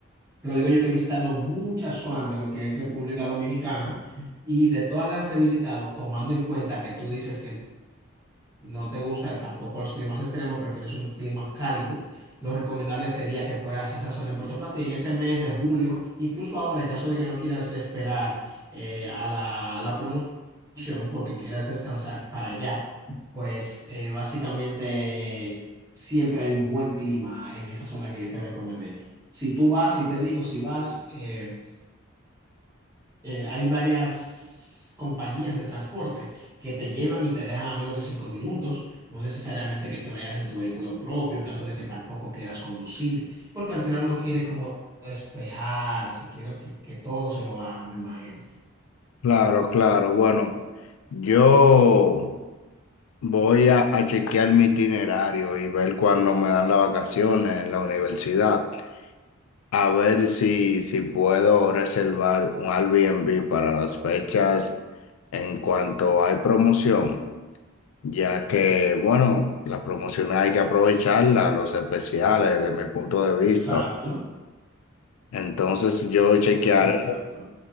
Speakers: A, on the right; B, on the left.
A: Te lo digo yo que he visitado muchas zonas de lo que es República Dominicana y de todas las que he visitado, tomando en cuenta que tú dices que no te gusta tampoco los climas extremos, prefieres un clima cálido, lo recomendable sería que fueras a esa zona en Puerto Plata y en ese mes de julio, incluso ahora, en caso de que no quieras esperar eh, a la, a la promoción porque quieras descansar para allá, pues eh, básicamente siempre hay un buen clima en esa zona que yo te recomendé. Si tú vas, si te digo, si vas, eh, eh, hay varias compañías de transporte que te llevan y te dejan a menos de cinco minutos, no necesariamente que te vayas en tu vehículo propio en caso de que tampoco quieras conducir, porque al final uno quiere como despejarse, quiero que, que todo se lo hagan, me imagino.
B: Claro, claro. Bueno, yo. Voy a, a chequear mi itinerario y ver cuándo me dan las vacaciones en la universidad. A ver si, si puedo reservar un Airbnb para las fechas en cuanto hay promoción, ya que, bueno, las promociones hay que aprovecharlas los especiales, desde mi punto de vista.
A: Exacto,
B: Entonces yo chequearé
A: exacto.